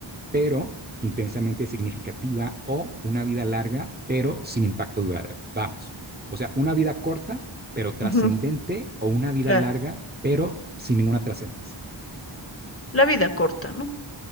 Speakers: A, on the right (about 20°); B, on the left (about 30°).
A: pero intensamente significativa, o una vida larga, pero sin impacto duradero? Vamos. O sea, una vida corta, pero trascendente,
B: Ujú,
A: o una vida
B: claro.
A: larga, pero sin ninguna trascendencia.
B: La vida corta, ¿no?